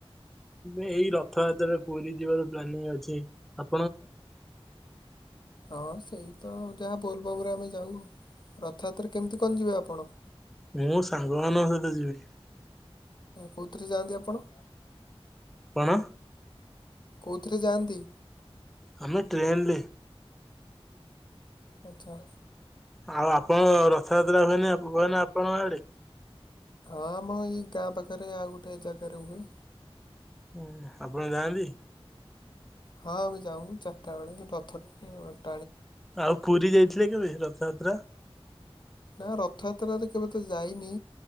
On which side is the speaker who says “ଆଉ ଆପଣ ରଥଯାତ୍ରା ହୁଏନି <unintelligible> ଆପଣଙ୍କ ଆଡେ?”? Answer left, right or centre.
Centre